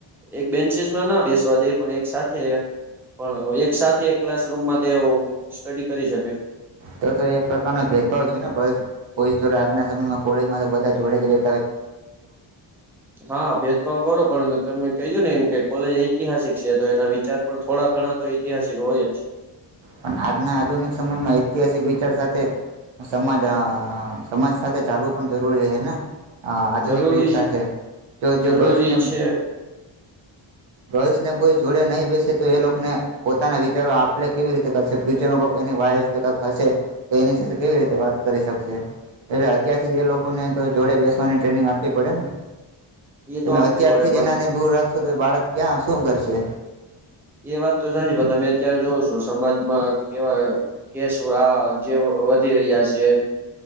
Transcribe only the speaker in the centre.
એક બેન્ચીસમાં ના એ સ્વાદ એ પણ એક સાથે પણ એક સાથે એક ક્લાસરૂમાં તેઓ સ્ટડી કરી શકે
હા ભેદભાવ કરો પણ તમે કહ્યું ને એમ કે કોલેજ ઐતિહાસિક છે, તો એના વિચાર પણ થોડા ઘણા તો ઐતિહાસિક હોય જ
જરૂરી
જરૂરી
છે
એ
તો આપવી
પડે
પણ
એ વાત તો સાચી પણ તમે અત્યારે જોવ છો સમાજમાં કેવા કેસવા જે વધી રહ્યા છે.